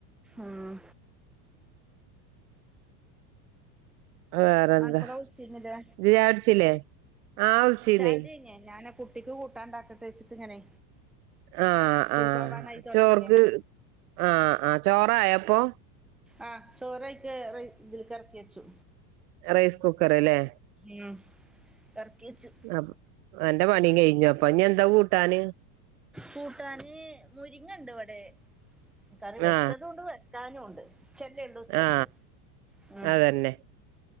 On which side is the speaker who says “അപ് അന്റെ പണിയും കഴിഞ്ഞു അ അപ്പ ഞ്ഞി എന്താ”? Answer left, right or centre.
Right